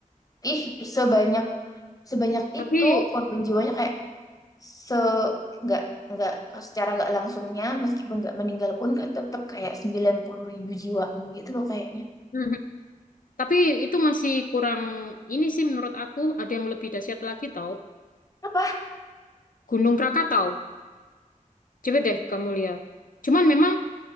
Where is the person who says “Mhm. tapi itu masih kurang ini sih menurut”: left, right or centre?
Left